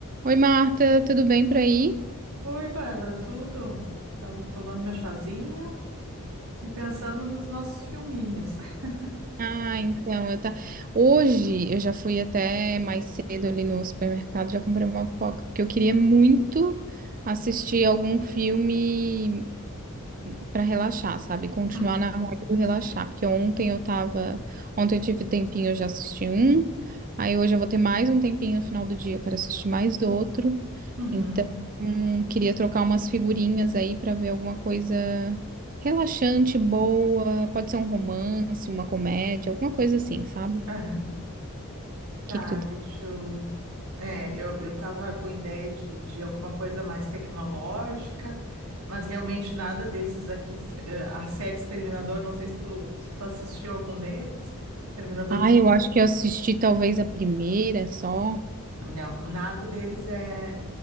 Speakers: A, on the right; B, on the right.
A: Oi, Marta, tudo bem por aí?
B: Oi, Bárbara, tudo? Tava tomando meu chazinho e pensando nos nossos filminhos. <laughs>
A: Ah, então, eu tá. Hoje eu já fui até mais cedo ali no supermercado, já comprei uma pipoca, porque eu queria muito assistir algum filme Pra relaxar, sabe? Continuar
B: Uhum.
A: na vibe do relaxar, porque ontem eu tava, ontem eu tive tempinho, eu já assisti um, aí hoje eu vou ter mais um tempinho no final do dia, eu quero assistir mais outro.
B: Uhum.
A: Então, hum, queria trocar umas figurinhas aí pra ver alguma coisa relaxante, boa, pode ser um romance, uma comédia, alguma coisa assim, sabe? O
B: aham. Tá,
A: que que tu...
B: deixa
A: tem?
B: eu. É, eu, eu tava com ideia de, de alguma coisa mais tecnológica, mas realmente nada desses aqui. estre- eh, A série Exterminador, não sei se tu, se tu assistiu algum deles. Exterminador
A: Ah,
B: do... Fu-
A: eu acho que eu assisti talvez a primeira só.
B: Não, nada deles é,